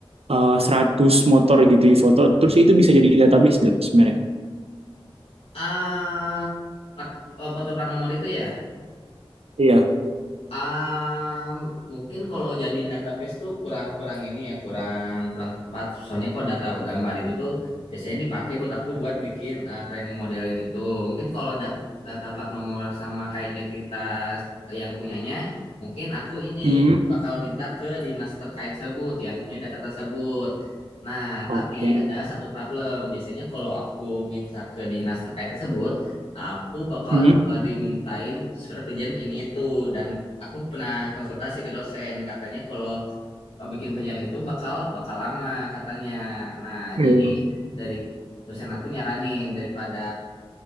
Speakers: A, on the right; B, on the left.
A: eh, 100 motor gitu di foto terus itu bisa jadi database nggak sebenarnya?
B: Ah, plat, eh, foto plat nomor itu ya.
A: Iya.
B: Ah, mungkin kalau jadiin database tuh kurang-kurang ini ya, kurang kurang tepat. Soalnya kok data gambar itu tuh biasanya dipakai buat aku buat bikin eh, training modeling itu. Mungkin kalau dat- data plat nomor sama kayak identitas yang punyanya, mungkin aku ini
A: Hmm.
B: bakal minta ke dinas terkait tersebut yang punya data tersebut. Nah,
A: Oke.
B: tapi ada satu problem. Biasanya kalau aku minta ke dinas terkait tersebut, Aku bakal
A: Hmm.
B: eh, dimintain surat ujian ini itu dan aku pernah konsultasi ke dosen katanya kalau eh, bikin perjanjian itu bakal bakal lama katanya. Nah,
A: Iya.
B: jadi dari dosen aku nyaranin daripada